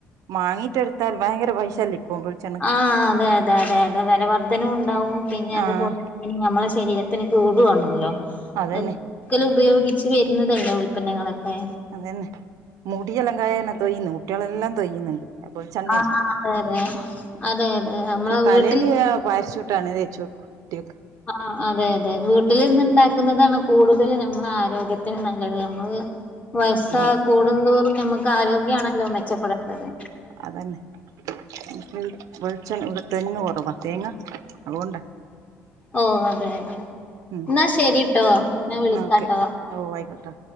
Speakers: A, on the right; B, on the left.
A: മാങ്ങീട്ട് എടുത്താൽ ഭയങ്കര പൈസല്ലേ ഇപ്പൊ വെളിച്ചെണ്ണക്ക്
B: ആഹ് അതെ അതെ അതെ അതെ വില വർധനവ് ഉണ്ടാവും പിന്നെ അതുപോലെ
A: ആഹ്
B: ഇനി നമ്മളെ ശരീരത്തിന് കൂടുവാണല്ലോ
A: അതന്നെ
B: അത്ക്കല് ഉപയോഗിച്ച് വരുന്നതല്ലോ ഉൽപന്നങ്ങളൊക്കെ
A: അതന്നെ മുടിയലങ്കായ തന്നെ തൊയുന്നു കുട്ടികളെല്ലാം തൊയ്യുന്നുണ്ട് വെളിച്ചെണ്ണ
B: ആഹ്
A: തേച്ചിട്ട
B: അതെ അതെ അതെ അതെ നമ്മളെ
A: പക്ഷെ തലേല്
B: വീട്ടിലിരുന്ന്
A: പാരച്ചുട്ട് <unintelligible> തേച്ച് വെക്കും കുട്ടികക്ക്
B: ആഹ് അതെ അതെ വീട്ടില് നിന്ന് ഉണ്ടാക്കുന്നതാണ് കൂടുതൽ നമ്മള് ആരോഗ്യത്തിന് നല്ലത്. നമ്മള് വയസ്സ്
A: ഉം
B: കൂടുന്തോറും നമുക്ക് ആരോഗ്യമാണല്ലോ മെച്ചപ്പെടേണ്ടത്.
A: അതന്നെ എനിക്ക് വെളിച്ചെൺ ഇവിടെ തെങ്ങ് കുറവാ തേങ്ങ അതുകൊണ്ട
B: ഓ അതെ അതെ
A: ഉം
B: എന്നാ ശരിട്ടോ ഞാൻ വിളിക്കാട്ടോ.
A: എന്നാ ഓക്കെ ഓ ആയിക്കോട്ടെ